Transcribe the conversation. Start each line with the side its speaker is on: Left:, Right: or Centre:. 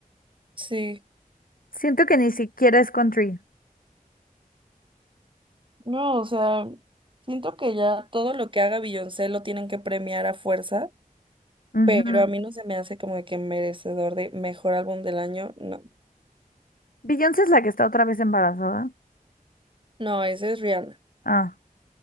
Right: Sí,
Left: Siento que ni siquiera es country.
Right: no, o sea, siento que ya todo lo que haga Beyoncé lo tienen que premiar a fuerza,
Left: Ujú.
Right: pero a mí no se me hace como de que merecedor de mejor álbum del año, no.
Left: Beyoncé es la que está otra vez embarazada.
Right: No, ese es Rihanna.
Left: Ah,